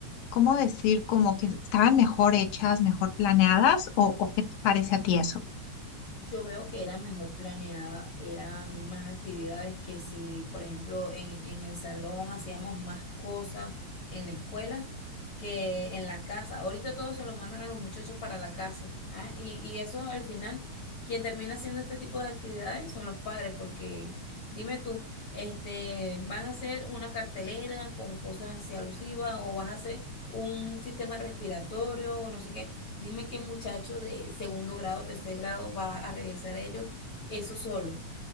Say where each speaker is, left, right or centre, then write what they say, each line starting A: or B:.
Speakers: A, on the left (about 80°); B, on the left (about 55°).
A: ¿cómo decir? Como que estaban mejor hechas, mejor planeadas, o, o qué te parece a ti eso?
B: Yo veo que era mejor planeada, eran más actividades que si, por ejemplo, en, en el salón hacíamos más cosas en la escuela que en la casa. Ahorita todo se lo mandan a los muchachos para la casa, ¿ah? Y, y eso al final, quien termina haciendo este tipo de actividades son los padres, porque dime tú, este, van a hacer una cartelera con cosas así alusivas o vas a hacer un sistema respiratorio o no sé qué. Dime qué muchacho de segundo grado, tercer grado va a realizar ellos eso solo.